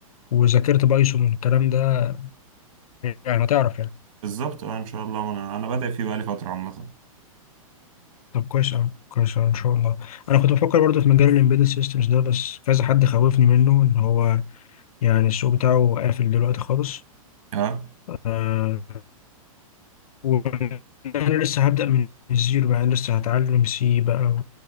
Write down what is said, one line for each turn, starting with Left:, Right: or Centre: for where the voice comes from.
Left: وذاكرت بايثون والكلام ده يعني هتعرف يعني
Right: بالظبط اه ان شاء الله انا انا بادئ فيه بقالي فترة عامة
Left: طب كويس أوي كويس أوي إن شاء الله أنا كنت بفكر برضه في مجال الإمبيدد سيستمز ده بس كذا حد خوفني منه إن هو يعني السوق بتاعه قافل دلوقتي خالص
Right: اه
Left: آه وأنا لسه هبدأ من الزيرو يعني لسه هتعلم سي بقى